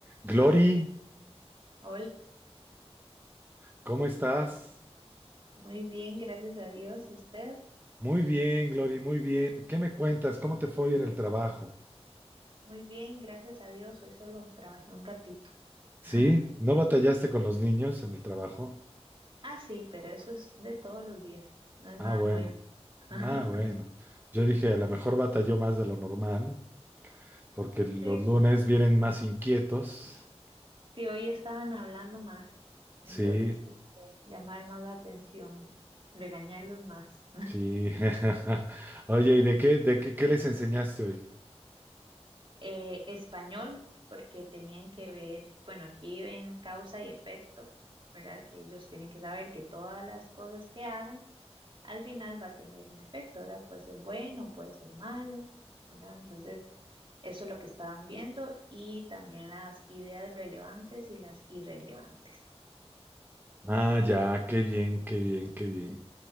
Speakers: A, on the right; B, on the right.
A: Glory,
B: Hola,
A: ¿cómo estás?
B: muy bien, gracias a Dios. ¿Y usted?
A: Muy bien, Glory, muy bien. ¿Qué me cuentas? ¿Cómo te fue hoy en el trabajo?
B: Muy bien, gracias a Dios. Hoy solo trabajé un ratito.
A: ¿Sí?
B: <laughs>
A: ¿No batallaste con los niños en el trabajo?
B: Ah, sí, pero eso es de todos los días, no es
A: Ah,
B: nada
A: bueno.
B: nuevo. <laughs>
A: Ah, bueno. Yo dije, a lo mejor batalló más de lo normal, porque los
B: Sí,
A: lunes
B: sí.
A: vienen más inquietos.
B: Sí, hoy estaban hablando más, entonces
A: Sí,
B: tuve que llamar más la atención, regañarlos más.
A: sí. <laughs> Oye, ¿y de qué, de qué, qué les enseñaste hoy?
B: eh, español, porque tenían que ver, bueno, aquí ven causa y efecto, ¿verdad? Que ellos tienen que saber que todas las cosas que hagan al final va a tener un efecto, ¿verdad? Puede ser bueno, puede ser malo, ¿verdad? Entonces, eso es lo que estaban viendo y también las ideas relevantes y las irrelevantes.
A: Ah, ya, qué bien, qué bien, qué bien,